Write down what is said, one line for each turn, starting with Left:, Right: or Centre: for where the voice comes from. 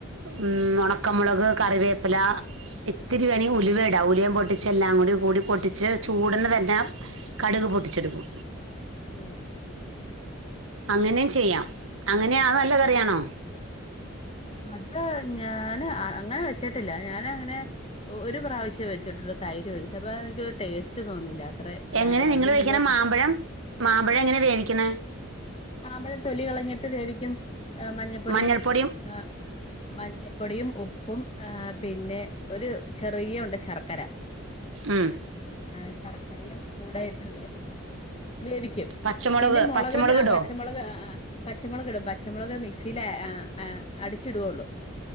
Right: ഉം ഉണക്കമുളക് കറിവേപ്പില ഇത്തിരി വേണമെങ്കിൽ ഉലുവേഇടാം ഉലിയൻ പൊട്ടിച്ച എല്ലാം കൂടി കൂടി പൊട്ടിച്ച് ചൂടന് തന്നെ കടുക് പൊട്ടിച്ചെടുക്കും
Left: ഉം
Right: അങ്ങനെയും ചെയ്യാം അങ്ങനെയാ നല്ല കറിയാണോ
Left: അത് ഞാന് അങ്ങനെ വെച്ചിട്ടില്ല ഞാന് അങ്ങനെ ഒരു പ്രാവശ്യം വെച്ചിട്ടുള്ളു തൈര് ഒഴിച്ചു അപ്പൊ എനക്ക് ടേസ്റ്റ് തോന്നുന്നില്ല അത്ര ഇതായിട്ട്
Right: എങ്ങനെ നിങ്ങള്
Left: അതിലും
Right: വെക്കിണ
Left: നല്ലത്
Right: മാമ്പഴം മാമ്പഴം എങ്ങനെ വേവിക്കണ
Left: മാമ്പഴം തൊലി കളഞ്ഞിട്ട് വേവിക്കും മഞ്ഞപ്പൊടിയും
Right: മഞ്ഞൾപ്പൊടിയും
Left: ആ.. മഞ്ഞപ്പൊടിയും, ഉപ്പും, ആ പിന്നെ ഒരു ചെറിയ ഉണ്ട് ശർക്കര
Right: ഉം....
Left: ആ ശർക്കരയും കൂടെയിട്ട് വേവിക്കും
Right: പച്ചമുളക്
Left: പിന്നെ മുളക്
Right: പച്ചമുളക് ഇടോ
Left: പച്ചമളക് ആഹ്! ആഹ്! പച്ചമുളക് ഇടും പച്ചമുളക് മിക്സിൽ അടിച്ചിടുള്ളു